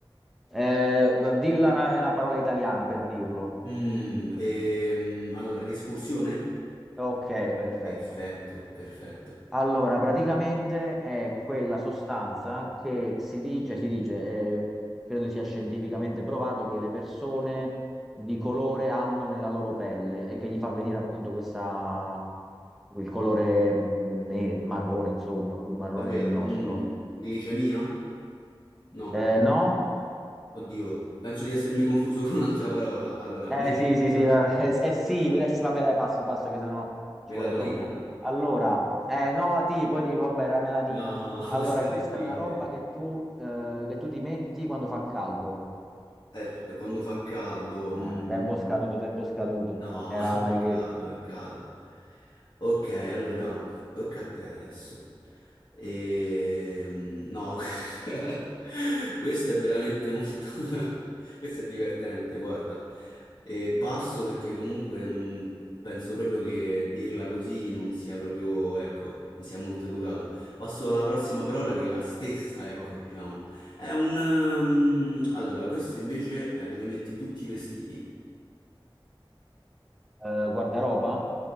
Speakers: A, in the centre; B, on the left.
A: Eh, dilla una, una parola italiana per dirlo.
B: Mm, ehm, allora, escursione?
A: Ok, perfetto.
B: Perfetto, perfetto.
A: Allora, praticamente è quella sostanza che si dice, si dice, eh, credo sia scientificamente provato, che le persone di colore hanno nella loro pelle e che gli fa venire appunto questa, il colore mm, ne- marrone, insomma, più marrone
B: Davvero?
A: del nostro.
B: mm, glicemia? No.
A: Eh, no?
B: Oddio, penso di essermi confuso <laughs> con un'altra parola. Allora,
A: Eh
B: melatonina?
A: sì, sì, sì, <laughs> eh, è, è simile, sì, vabbè dai, passo passo che sennò ci
B: Melatonina?
A: vuole troppo. Allora, eh, no, tipo, tipo, vabbè, era melanina.
B: No, <laughs>
A: Allora,
B: questa era
A: questa
B: difficile.
A: è una roba che tu, eh, che tu ti metti quando fa caldo.
B: Eh, quando fa caldo,
A: Ah,
B: mm,
A: tempo scaduto, tempo scaduto.
B: No,
A: Era
B: <laughs>
A: la maglietta.
B: peccato, peccato. Ok, allora, tocca a te adesso. Ehm, no, <laughs> questo è veramente molto... <laughs> questo è divertente, guarda. E passo perché comunque mh, penso proprio che dirla così non sia proprio, ecco, non sia molto educato. Passo alla prossima parola che è la stessa, ecco,
A: Ok.
B: diciamo. È un... ehm, allora, questo invece è dove metti tutti i vestiti.
A: Eh, guardaroba?